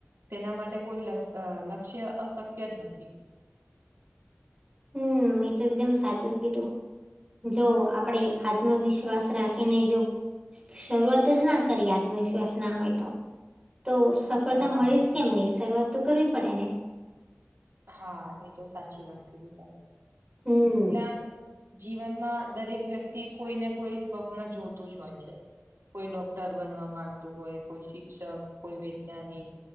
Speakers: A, on the right; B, on the right.
A: તેના માટે કોઈ લક્ષ્ય અશક્ય જ નથી.
B: હમ એ તો એકદમ સાચું કીધું જો આપણેે આત્મવિશ્વાસ રાખીને જો શરૂઆત જ ના કરી આત્મવિશ્વાસ ના હોય તો તો સફળતા
A: હા
B: મળે જ કે એમની શરૂઆત તો કરવી પડે
A: હા એ તો સાચી વાત કીધી તમે
B: હમ
A: એટલેમ જીવનમાં દરેક વ્યક્તિ કોઈને કોઈ સ્વપ્ન જોતું જ હોય છે. કોઈ ડોક્ટર બનવા માંગતું હોય, કોઈ શિક્ષક, કોઈ વૈજ્ઞાનિક.